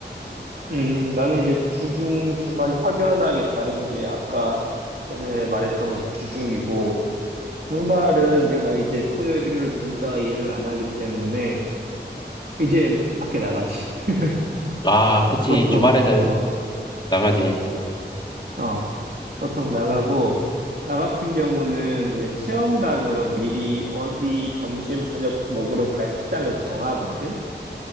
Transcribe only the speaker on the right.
음, 나는 이제 주중, 주말이 확연하게 다른 게 아까 전에 말했던 건 이제 주중이고, 주말은 내가 이제 토요일, 일요일 둘 다 일을 안 하기 때문에, 이제 밖에 나가지. <laughs>
보통,
어,
어, 보통 나가고, 나 같은 경우는 이제 체험단으로 미리 어디 점심, 저녁 먹으러 갈 식당을 정하거든?